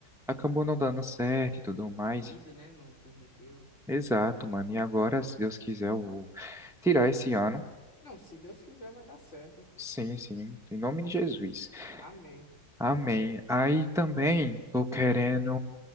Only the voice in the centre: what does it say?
acabou não dando certo e tudo mais.
Exato, mano. E agora, se Deus quiser, eu vou tirar esse ano.
Sim, sim. Em nome de Jesus.
Amém. Aí também tô querendo